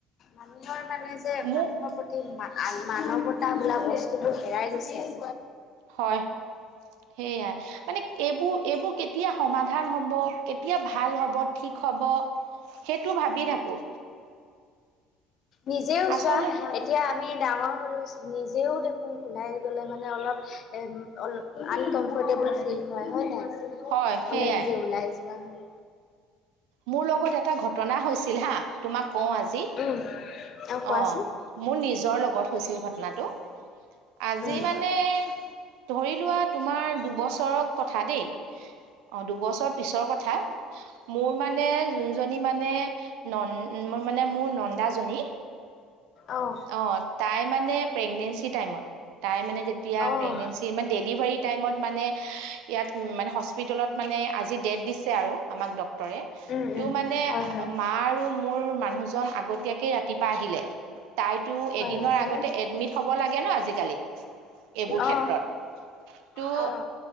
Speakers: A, on the left (about 35°); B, on the right (about 85°).
A: মানুহৰ মানে যে
B: মোক
A: মানুহক প্ৰতি মানৱতা বোলা বস্তুবোৰ হেৰাই গৈছে আৰু।
B: হয় সেইয়াই, মানে এইবোৰ এইবোৰ কেতিয়া সমাধান হ'ব। কেতিয়া ভাল হ'ব ঠিক হ'ব সেইটো ভাবি থাকোঁ।
A: নিজেও
B: আচলত
A: চোৱা নহয়। এতিয়া আমি ডাঙৰ হ'লো, নিজেও দেখোন ওলাই গ'লে মানে অলপ এ অ আনকমফৰ্টেবল ফিল হয়, হয় নাই।
B: হয়
A: অকলে
B: সেইয়াই
A: যদি ওলাই যোৱা হয়।
B: মোৰ লগত এটা ঘটনা হৈছিল হা, তোমাক কওঁ আজি
A: উম আৰু কোৱাচোন
B: অঁ। মোৰ নিজৰ লগত হৈছিল ঘটনাটো, আজি
A: উম
B: মানে ধৰি লোৱা তোমাৰ দুবছৰৰ কথা দেই, অঁ দুবছৰ পিছৰ কথা। মোৰ মানে যোনজনী মানে নন মোৰ মানে নন্দাজনী
A: অঁ।
B: অঁ, তাই মানে প্ৰেগনেনচি টাইম তাই মানে যেতিয়া
A: উম
B: প্ৰেগনেনচি মান ডেলীভাৰী টাইমত মানে ইয়াত মানে হস্পিটেলত মানে আজি ডেট দিছে আৰু, আমাক ড ক্টৰে
A: উম
B: তু মানে
A: হয় হয়
B: মা আৰু মোৰ মানুহজন আগতীয়াকে ৰাতিপা আহিলে। তাইতো
A: হয়
B: এদিনৰ
A: হয়
B: আগতে এডমিট হ'ব লাগে ন' আজিকালি, এইবোৰ ক্ষেত্ৰত।
A: অঁ
B: ত'
A: অঁ।